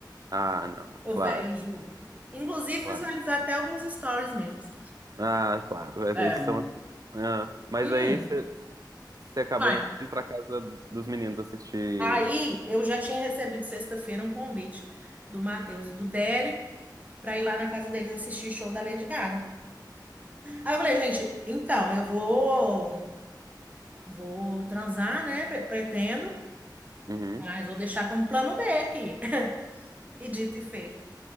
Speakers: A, on the right; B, on the right.
A: Ah, não.
B: Ô,
A: Claro,
B: velho, eu juro. Inclusive,
A: claro.
B: visualizar até alguns stories meus.
A: Ah, claro. Eles
B: É.
A: são assim. Ah. Mas
B: Hum,
A: aí você você acabou
B: vai.
A: indo pra casa dos meninos assistir.
B: Aí
A: os-
B: eu já tinha recebido sexta-feira um convite do Matheus e do Dery para ir lá na casa deles assistir show da Lady Gaga. Aí eu falei, gente, então, eu vou. Vou transar, né? pre- Pretendo,
A: Uhum.
B: mas vou deixar como plano B aqui. <laughs> E dito e feito,